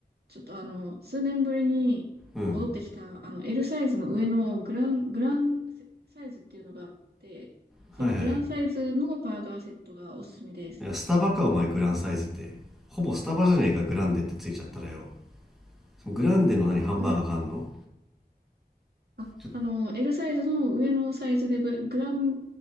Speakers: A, on the right (about 70°); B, in the centre.
A: ちょっとあの、数年ぶりに戻ってきた、
B: うん。
A: あの、L サイズの上のグラン、グランサイズっていうのがあって、そのグランサイズのバーガーセットがおすすめです。
B: はいはいはい。いや、スタバか、お前、グランサイズって。ほぼスタバじゃねえか、グランデってついちゃったらよ。そのグランデの何、ハンバーガーがあんの
A: え、あ、
B: ちょ
A: あの、L サイズの上のサイズでブ、グラン、